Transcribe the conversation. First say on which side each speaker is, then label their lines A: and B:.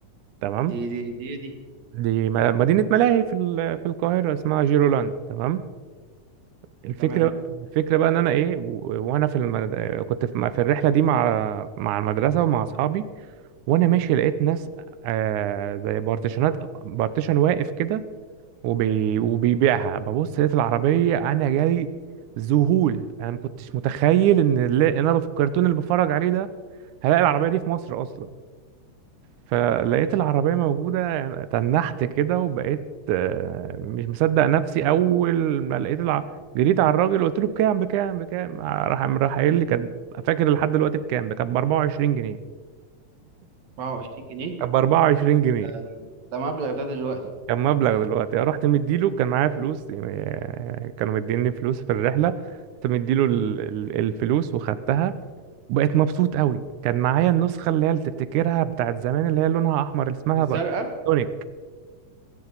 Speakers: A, on the right (about 80°); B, on the right (about 70°).
A: تمام
B: دي دي دي دي
A: دي م- مدينه ملاهي في ال- في القاهره اسمها جيرولاند تمام الفكره
B: تمام
A: الفكره بقى ان انا ايه و- وانا في المد... كنت في في الرحله دي مع مع المدرسه ومع اصحابي وانا ماشي لقيت ناس آه زي بارتيشنات بارتيشن واقف كده وبي... وبيبيعها ببص لقيت العربية أنا جالي ذهول أنا ما كنتش متخيل إن اللي إن أنا في الكرتون اللي بتفرج عليه ده هلاقي العربية دي في مصر أصلا فلقيت العربية موجودة يعني تنحت كده وبقيت آه، مش مصدق نفسي أول ما لقيت الع... جريت على الراجل قلت له بكام بكام بكام راح راح قايل لي كانت فاكر لحد دلوقتي بكام كانت ب 24 جنيه
B: 24 جنيه
A: كانت ب 24 جنيه
B: ده ده مبلغ ده دلوقتي
A: كان مبلغ دلوقتي رحت مديله كان معايا فلوس يعني كانوا مديني فلوس في الرحلة رحت مديله ال-
B: مم.
A: ال- الفلوس وخدتها وبقيت مبسوط قوي كان معايا النسخة اللي هي اللي تفتكرها بتاعت زمان اللي هي لونها أحمر اللي اسمها
B: الزرقاء
A: بقى سونيك